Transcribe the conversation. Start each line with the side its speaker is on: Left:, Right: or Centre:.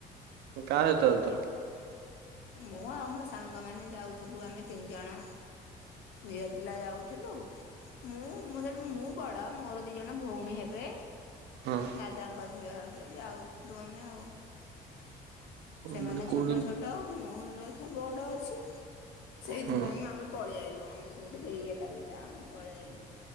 Right: କାହା ସହିତ ଯାଉଥିଲା?
Left: ମୁଁ ଆଉ ମୋ ସାଙ୍ଗ ମାନେ ଯାଉଥୁଲୁ ଆମେ ତିନ୍ ଜଣ ଝିଅ ପିଲା ଯାଉଥୁଲୁ ମୁଁ ମୋ ସେଠୁ ମୁଁ ବଡ ମୋର ଦି ଜଣ ଭଉଣୀ ହେବେ
Right: ହଁ
Left: ଦାଦାଙ୍କ ଝିଅ ହେବେ ଯାଉଥୁଲୁ ଆମେ ଆଉ ସେମାନେ
Right: ମାନେ କୋଉଠି
Left: ଛୋଟ ଛୋଟ ମୁଁ ଏକା ବଡ ଅଛି ସେଇଥିପାଇଁ
Right: ହଁ
Left: ଆମେ ପଳି ଆଇଲୁ ଆମକୁ ଟିକେ ଇଏ ଲାଗିଲା ଆମେ ପଳେଇ ଆଇଲୁ।